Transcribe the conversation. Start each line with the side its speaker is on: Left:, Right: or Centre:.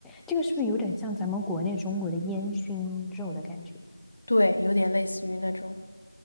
Centre: 这个是不是有点像咱们国内中国的烟熏肉的感觉？
Left: 对，有点类似于那种。